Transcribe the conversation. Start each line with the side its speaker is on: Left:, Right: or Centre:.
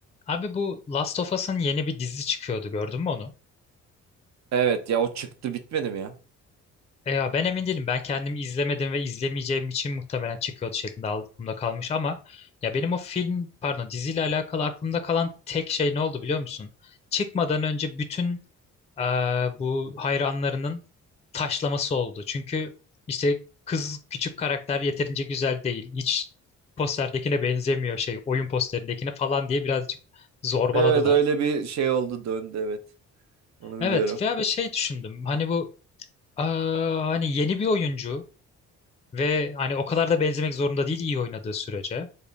Left: Abi bu Last of Us'ın yeni bir dizi çıkıyordu gördün mü onu?
Right: Evet ya o çıktı bitmedi mi ya?
Left: E ya ben emin değilim. Ben kendim izlemedim ve izlemeyeceğim için muhtemelen çıkıyordu şeklinde aklımda kalmış ama ya benim o film pardon diziyle alakalı aklımda kalan tek şey ne oldu biliyor musun? Çıkmadan önce bütün e, bu hayranlarının taşlaması oldu. Çünkü işte kız küçük karakter yeterince güzel değil. Hiç posterdekine benzemiyor şey oyun posterindekine falan diye birazcık zorbaladılar.
Right: Evet öyle bir şey oldu döndü evet. Onu
Left: Evet
Right: biliyorum.
Left: veya bir şey düşündüm. Hani bu Aa, hani yeni bir oyuncu ve hani o kadar da benzemek zorunda değil iyi oynadığı sürece.